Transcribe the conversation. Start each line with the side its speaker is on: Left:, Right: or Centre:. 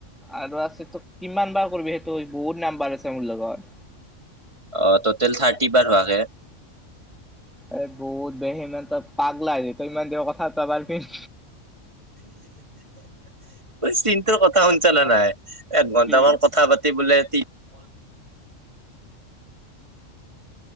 Centre: আৰু আছে তোক কিমান বাৰ কৰিবি সেইটো বহুত নম্বৰ আছে মোৰ লগত।
Right: অ' টোটেল থাৰ্টি বাৰ হোৱা কে।
Centre: এই বহুত ইমান তই পাগলাহ হৈ তই ইমান দিনৰ কথা প পাৰ পিন
Right: চিন্তৰ কথা শুনিছ নে নাই? এ ঘন্টামান
Centre: কি
Right: কথা পাতি বোলে অ'।